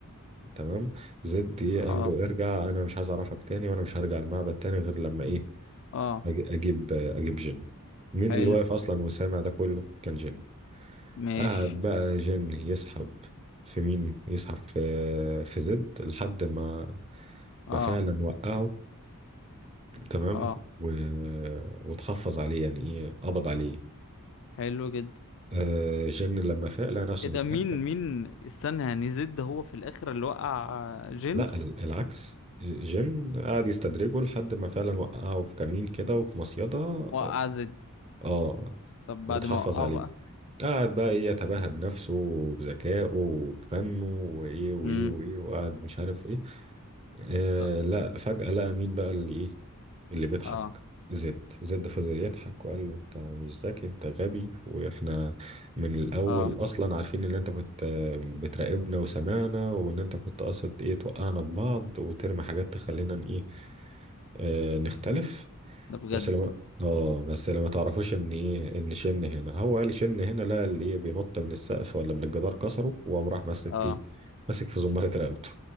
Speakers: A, on the right; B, on the left.
A: تمام زد إيه؟ قال
B: اه
A: له ارجع انا مش عايز اعرفك تاني وانا مش هرجع المعبد تاني غير لما ايه
B: اه
A: أج- اجيب اجيب جيم مين
B: حلو
A: اللي واقف اصلا وسامع ده كله كان جيم
B: ماشي
A: قعد بقى جن يسحب في مين يسحب في في زد لحد ما
B: اه
A: ما فعلا وقعه تمام
B: اه
A: و... وتحفظ عليه يعني ايه قبض عليه
B: حلو جدا
A: آه جن لما فاق لقى نفسه
B: ايه ده
A: متكتف
B: مين مين استنى يعني زد ده هو في الاخر اللي وقع جن
A: لا ال- العكس جن قعد يستدرجه لحد ما فعلا وقعه في كمين كده وفي مصيدة
B: وقع زد
A: اه
B: طب
A: وتحفظ
B: بعد ما وقعه
A: عليه
B: بقى
A: قعد بقى ايه يتباهى بنفسه وبذكائه وبفنه وايه وايه
B: امم
A: وايه وقعد مش عارف ايه آه
B: طب-
A: لا فجأة لقى مين بقى اللي ايه اللي بيضحك
B: اه
A: زد زد فضل يضحك وقال له انت مش ذكي انت غبي واحنا من الاول
B: اه
A: اصلا عارفين ان انت كنت آه، بتراقبنا وسمعنا وان انت كنت قاصد ايه توقعنا ببعض وترمي حاجات تخلينا ن- ايه آه نختلف
B: ده بجد
A: بس لما اه بس لما تعرفوش ان ايه ان شن هنا هو قال شن هنا لا اللي ايه بينط من السقف ولا من الجدار كسره وقام راح ماسك
B: اه
A: ايه ماسك في زمارة رقبته